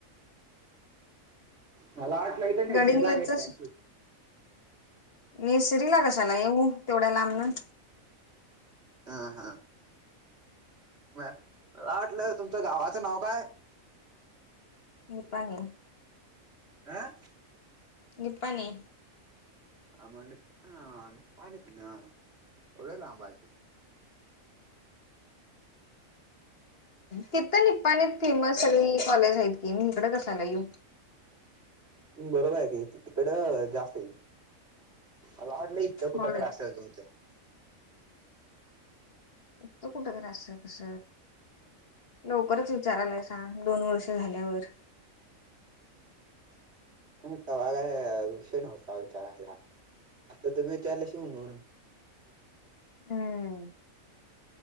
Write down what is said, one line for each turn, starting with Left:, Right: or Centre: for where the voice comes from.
Right: मला वाटलं इथ नाही
Left: गडिंग्लजच
Right: श्रीला घेतल्या.
Left: मी श्रीला कशाला येऊ तेवढ्या लांबन.
Right: हा हा. म मला वाटलं तुमचं गावाचं नाव काय.
Left: निपाणी.
Right: आह‌?
Left: निपाणी.
Right: आ म्ह ह निपाणीच ना एवढ ला पाज.
Left: तिथं निपाणी फेमस कॉलेज आहेत. हे मी इकडं कसं येवू.
Right: बरोबर आहे का तिकडं जास्त आहे मला वाटलं कुठं
Left: होय
Right: तर असेल तुमचं.
Left: इथं कुठ करी असं कस लवकरच विचारायलाय सां दोन वर्ष झाल्यावर.
Right: त काय विषय नव्हता विचारायला आता तुम्ही विचारला शिवणून.
Left: हम्म.